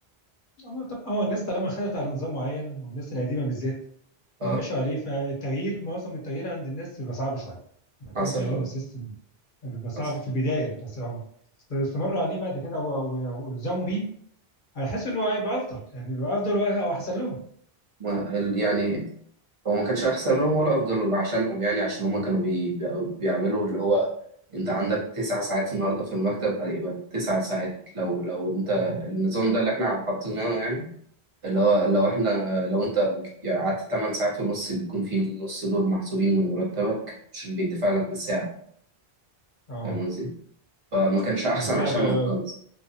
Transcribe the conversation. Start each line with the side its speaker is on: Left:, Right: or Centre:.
Left: هو طب هو الناس طالما خدت على نظام معين والناس القديمه بالذات
Right: اه
Left: وماشوا عليه فالتغيير معظم التغيير عند الناس بيبقى صعب شويه لما تيجي
Right: حصل
Left: تغيرهم
Right: اه
Left: السيستم بيبقى صعب
Right: حصل
Left: في البدايه بس هم استمروا عليه بعد كده او او أو الزموا بيه هيحسوا ان هو هيبقى افضل يعني بيبقى افضل او احسن لهم
Right: ما ال- يعني هو ما كانش احسن لهم ولا افضل عشانهم يعني عشان هم كانوا بي بي- بيعملوا اللي هو انت عندك تسع ساعات النهارده في المكتب هيبقى تسع ساعات لو لو انت
Left: اه
Right: النظام ده اللي احنا حاطيناه يعني اللي هو لو احنا لو انت يعني قعدت 8 ساعات ونص بيكون في النص دول محسوبين من مرتبك عشان بيدفع لك بالساعة
Left: اه
Right: فاهم قصدي؟ فما كانش أحسن
Left: فكده
Right: عشانهم
Left: هيبقى
Right: خالص